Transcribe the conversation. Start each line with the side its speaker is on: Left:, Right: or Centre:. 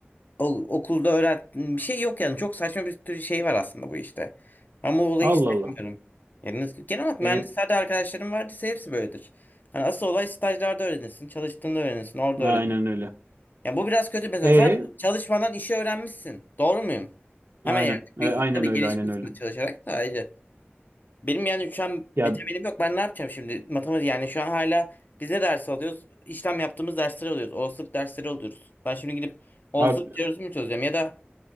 Left: o- okulda öğret. Bir şey yok yani. Çok saçma bir tür şey var aslında bu işte. Ama o olayı
Right: Allah
Left: sevmiyorum.
Right: Allah.
Left: Yani nasıl- genel olarak
Right: E,
Left: mühendislerde arkadaşlarım vardıysa hepsi böyledir. Hani asıl olay stajlarda öğrenirsin, çalıştığında öğrenirsin, orada
Right: aynen
Left: öğrenirsin.
Right: öyle.
Left: Yani bu biraz kötü mesela.
Right: E,
Left: Sen çalışmadan işi öğrenmişsin. Doğru muyum? Hemen
Right: aynen.
Left: yani. Bir,
Right: E, aynen
Left: tabii
Right: öyle,
Left: gelişmişsin
Right: aynen öyle.
Left: de çalışarak da ayrı. Benim yani şu an
Right: Ya
Left: bir temelim yok. Ben ne yapacağım şimdi? Matematik yani şu an hala biz ne ders alıyoruz? İşlem yaptığımız dersleri alıyoruz. Olasılık dersleri alıyoruz. Ben şimdi gidip olasılık
Right: abi,
Left: teorisini mi çözeceğim? Ya da